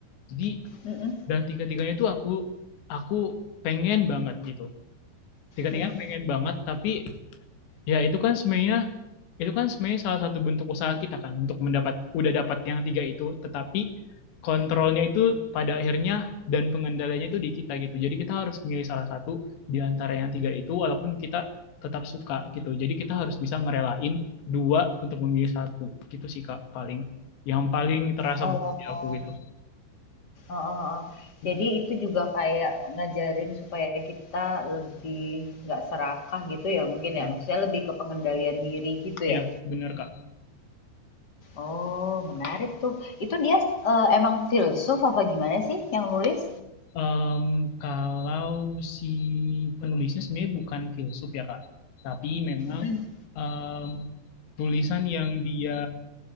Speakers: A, on the left; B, on the left.
A: jadi
B: mm-mm,
A: dan tiga tiganya itu aku aku pengen banget gitu tiga
B: mm-mm.
A: tiganya pengen banget tapi ya itu kan sebenarnya itu kan sebenarnya salah satu bentuk usaha kita kan untuk mendapat udah dapat yang tiga itu, tetapi kontrolnya itu pada akhirnya dan pengendaliannya itu di kita gitu. Jadi kita harus memilih salah satu di antara yang tiga itu walaupun kita tetap suka gitu. Jadi kita harus bisa ngerelain dua untuk memilih satu. Gitu sih Kak paling yang paling terasa
B: Oh,
A: bagi aku gitu.
B: oh heeh.
A: Hmm,
B: Jadi itu juga kayak ngajarin supaya kita lebih nggak serakah gitu ya mungkin
A: iya,
B: ya. Maksudnya lebih ke pengendalian diri gitu
A: iya
B: ya.
A: benar Kak.
B: Oh, menarik tuh. Itu dia eh, emang filsuf apa gimana sih yang nulis?
A: Em, kalau si penulisnya sebenarnya bukan filsuf ya Kak, tapi memang
B: mm
A: em, tulisan yang dia